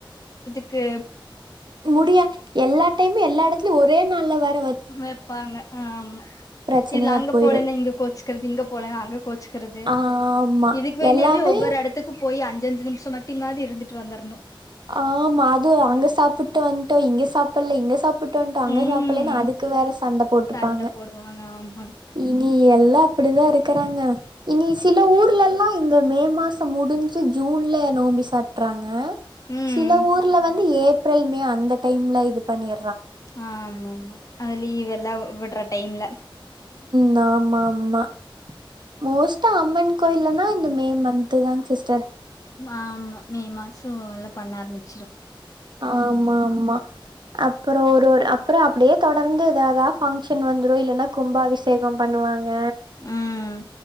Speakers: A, on the left; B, on the right.
A: க்கு
B: முடியா எல்லா டைமும் எல்லா இடத்துலயும் ஒரே நாள்ல வற
A: வைப்பாங்க ஆமா
B: பிரச்சனையா
A: இதுல அங்க
B: போயிரு
A: போலேன்னா இங்க கோச்சுக்கிறது இங்க போலன்னா அங்க கோச்சுக்கிறது
B: ஆமா
A: இதுக்கு வேண்டியாவே
B: எல்லாமே
A: ஒவ்வொரு இடத்துக்கும் போய் அஞ்ச அஞ்ச அஞ்ச நிமிஷம் மட்டி மாதி இருந்துட்டு வந்துரணும்
B: ஆஹ் மாது அங்க சாப்பிட்டு வன்டா இங்க சாப்பல இங்க சாப் சாப்பிட்டோன்ட்டோ அங்க
A: ம்
B: சாப்பிடலன்னா அதுக்கு வேற சண்ட போட்டுப்பாங்க
A: சண்ட போடுவாங்க ஆமாங்
B: இனி எல்லா இப்படி தான் இருக்கிறாங்க இனி சில ஊர்லெல்லாம் இந்த மே மாசம் முடிஞ்சு ஜூன்ல நோம்பி சாட்டுறாங்க
A: ம்
B: சில ஊர்ல வந்து ஏ ஏப்ரல் மே அந்த டைம்ல இது பண்ணிய
A: ஆ ஆமா ஆமா அதிலயே லீவல்லா விட்ற டைம்ல
B: நா ஆமாமா மோஸ்தா அம்மன் கோயலன்னா இந்த மே மந்த் இதுதாங் சிஸ்டர்
A: ஆமா மே மாசம் எல்லாம் பண்ண ஆரம்பிக்க
B: ஆமா ஆமா அப்புறோம் ஒரு ஒரு அப்புறோம் அப்டியே தொடர்ந்து எதாதா பங்க்ஷன் வந்துரும் இல்லன்னா கும்பாபிஷேகம் பண்ணுவாங்க
A: ம்